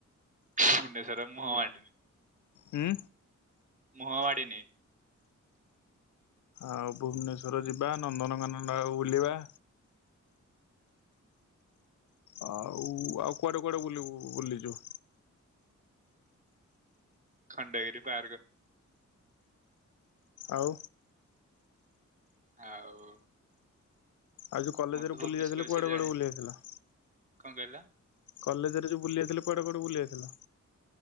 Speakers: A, on the right (about 25°); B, on the left (about 80°).
A: ଭୁବନେଶ୍ୱର ମୋହ ମାଡିଣି।
B: ହୁଁ।
A: ମୁହଁ ମାଡିନି।
B: ଆଉ ଭୁବନେଶ୍ଵର ଯିବା ନନ୍ଦନକାନନ ଆଉ ବୁଲିବା। ଆଉ ଆଉ କୁଆଡେ? କୁଆଡେ ବୁଲିବୁ, ବୁଲି ଯିବୁ?
A: ଖଣ୍ଡଗିରି ପାର୍କ।
B: ଆଉ।
A: ଆଉ।
B: ଆଉ ଯଉ କଲେଜରେ
A: ମୁଁ ତ ଭୁବନେଶ୍ୱର
B: ବୁଲି ଯାଇଥିଲ,
A: ବିଷୟରେ
B: କୁଆଡେ କୁଆଡେ
A: ଜାଣିନି
B: ବୁଲି
A: ଆଉ।
B: ଯାଇଥିଲ?
A: କଣ କହିଲ?
B: କଲେଜରେ ଯଉ ବୁଲି ଯାଇଥିଲ, କୁଆଡେ କୁଆଡେ ବୁଲି ଯାଇଥିଲ?